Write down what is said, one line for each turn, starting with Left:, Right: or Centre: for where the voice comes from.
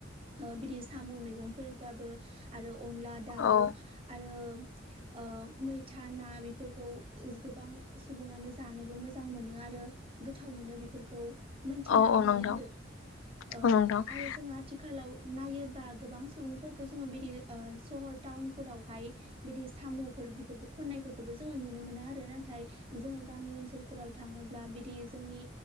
Right: ओ बिदि साम' मैगंफोरबाबो आरो अनला दाउ
Left: औ
Right: आरो ओ मैथा ना बेफोरखौ गोबां सुबुङानो जानोबो मोजां मोनो आरो गोथाव मोनो बेफोर खौ मोनथिनानै
Left: औ नोंथां
Right: मोनो
Left: औ
Right: आरो। ओ
Left: नोंथां
Right: रो जों आथिखालाव नायो बा गोबां सुबुंफोरखौ जोङो बिदि ओ सहर टाउन फोरावहाय बिदि साम'फोर बेफोर खननायफोरखौबो जोङो नुनो मोना आरो नाथाय जोङो गामि ओनसोलफोराव थाङोब्ला बिदि जोंनि